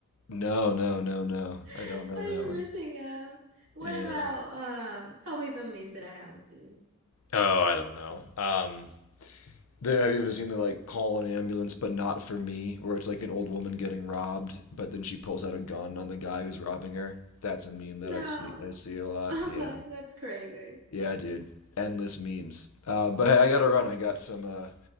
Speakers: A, on the left; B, on the right.
A: no no no no
B: <laughs>
A: i don't know
B: Are
A: that
B: you
A: one
B: missing out? What
A: yeah
B: about uh, tell me some memes that I haven't seen?
A: Oh, I don't know. Um, There, have you ever seen the like call an ambulance but not for me, where it's like an old woman getting robbed, but then she pulls out a gun on the guy who's robbing her? That's a meme that
B: No.
A: I've seen. I see
B: <laughs>
A: a lot.
B: Oh
A: Yeah,
B: my, that's crazy.
A: yeah, dude. Endless memes. Uh, but hey, I gotta run. I got some. Uh,